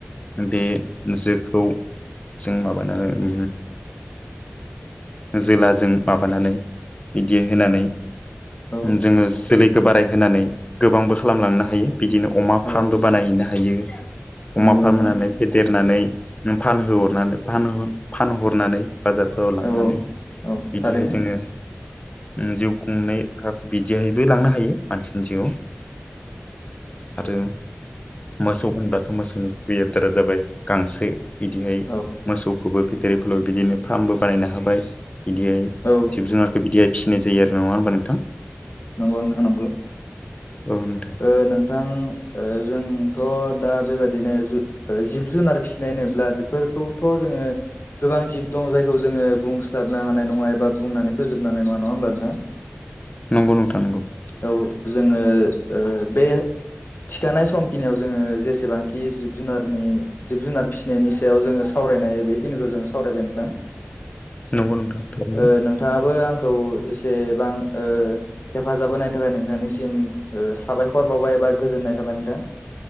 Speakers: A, on the left; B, on the left.
A: बे जोखौ जों माबानानै उ जोलाजों माबानानै बिदि होनानै
B: औ
A: जोङो जोलैखौ बारायहोनानै गोबांबो खालामलांनो हायो। बिदिनो अमा
B: औ नंगौ औ नंगौ नोंथां औ
A: फार्मबो बानायहैनो हायो। अमा
B: नंगौ
A: फाननानै
B: नोंथां
A: फेदेरनानै फानहोहरनानै फान फानहरनानै बाजारफोराव लांनानै
B: औ औ
A: बिदिहाय
B: थारैनो
A: जोङो जिउ खुंनाय बिदिहायबो लांनो हायो। मानसिनि जिउ। आरो मोसौ होनबा गथ' मोसौनि बेय दारा जाबाय गांसो बिदिहाय
B: औ
A: मोसौ खौबो बिदिनो फार्मबो बानायनो हाबाय बिदियाय
B: औ
A: जिब-जुनार बिदिहाय फिसिनाय जायो नङा होनबा नोंथां।
B: नंगौ नोथां नंगौ।
A: औ नोंथां
B: ओ नों थां जोंथ' दा बेबाददिनो जिब-जुनार फिसिनाय होनोब्ला बेफोर खौथ' जोङो गोबां जिब दङ जायखौ जोङो बुंस्लाब बुंनो हानायङा एबा बुंनानै फोजोबनो हानाय नङा नङा होमब्ला नोंथां।
A: नंगौ नोंथा नंगौ।
B: औ जोङो ओ बे थिखानाय समखिनियाव जोङो जेसेबांखि जिब-जुनारनि जिब-जुनार फिसिनायनि सायाव जोङो सावरायनाय बेखिनिखौ जों सावरायबाय नोंथां
A: नंगौ नोंथां थारैनो
B: ओ नोंथाङाबो आंखौ एसेबां ओ हेफाजाब होनायनि थाखाय नोंथांनिसिम उह साबायखर बावबाय एबा गोजोननाय थाबाय नोंथां